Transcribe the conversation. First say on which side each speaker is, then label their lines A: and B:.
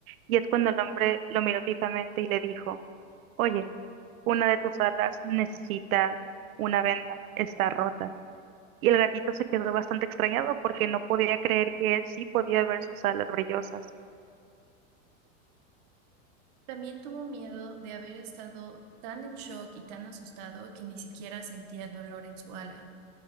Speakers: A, on the right (about 85°); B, on the right (about 30°).
A: Y es cuando el hombre lo miró fijamente y le dijo, Oye, una de tus alas necesita una venda, está rota. Y el gatito se quedó bastante extrañado porque no podía creer que él sí podía ver sus alas brillosas.
B: También tuvo miedo de haber estado tan en shock y tan asustado que ni siquiera sentía dolor en su ala.